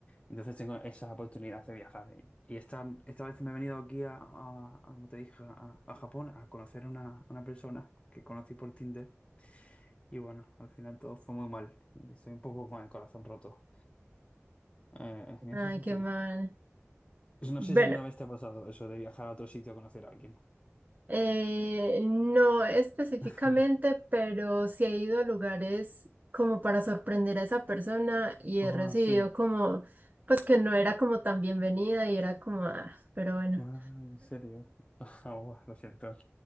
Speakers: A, on the left; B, on the right.
A: entonces tengo esa oportunidad de viajar. Y y esta, esta vez me he venido aquí a, a- a, como te dije, a, a Japón a conocer a una, una persona que conocí por Tinder. Y bueno, al final todo fue muy mal. Y estoy un poco con el corazón roto eh, en ese
B: Ay,
A: sentido.
B: qué mal.
A: Pues No
B: Bueno,
A: sé si alguna vez te ha pasado eso de viajar a otro sitio a conocer a alguien.
B: Eh, no específicamente,
A: <laughs>
B: pero sí he ido a lugares como para sorprender a esa persona y
A: Ah,
B: he recibido
A: sí.
B: como, pues que no era como tan bienvenida y era como, ah, pero bueno,
A: Ah, en serio. <laughs> Ah, buah, lo siento.